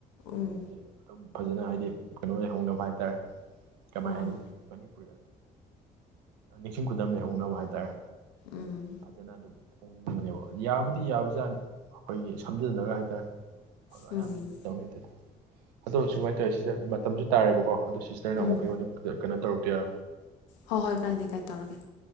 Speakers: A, on the left; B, on the right.
A: ꯎꯝ
B: ꯃꯤꯁꯤꯡꯖꯦ ꯑꯗꯨꯝ ꯐꯖꯅ ꯍꯥꯏꯗꯤ ꯀꯩꯅꯣ ꯂꯩꯩꯍꯧꯅꯕ ꯍꯥꯏꯇꯥꯔꯦ ꯀꯃꯥꯏ
A: ꯑꯣ
B: ꯍꯥꯏꯅꯤ ꯃꯅꯤꯄꯨꯔꯤꯗ ꯅꯤꯡꯁꯤꯡ ꯈꯨꯗꯝ ꯂꯩꯍꯧꯅꯕ ꯍꯥꯏꯇꯥꯔꯦ
A: ꯎꯝ
B: ꯐꯖꯅ ꯑꯗꯨꯝ ꯍꯣꯡꯅꯤꯡꯕꯅꯦꯕ ꯌꯥꯕꯨꯗꯤ ꯌꯥꯕꯖꯥꯠꯅꯤ ꯑꯩꯈꯣꯏꯒꯤ ꯁꯝꯖꯂꯒ ꯍꯥꯏꯇꯥꯔꯦ <unintelligible>
A: ꯎꯝ
B: ꯇꯧꯅꯤ ꯑꯗꯨꯗꯤ ꯑꯗꯣ ꯁꯨꯃꯥꯏꯅ ꯇꯧꯋꯦ ꯁꯤꯁꯇꯔ ꯃꯇꯝꯁꯨ ꯇꯥꯔꯦꯕꯀꯣ ꯑꯗꯣ ꯁꯤꯁꯇꯔꯅ
A: ꯎꯝ
B: ꯑꯃꯨꯛ ꯑꯩꯉꯣꯟꯗ ꯀ ꯀꯩꯅꯣ ꯇꯧꯔꯛꯀꯦꯔꯥ
A: ꯍꯣꯏ ꯍꯣꯏ ꯀꯥꯏꯗꯦ ꯀꯥꯏ ꯇꯧꯔꯒꯦ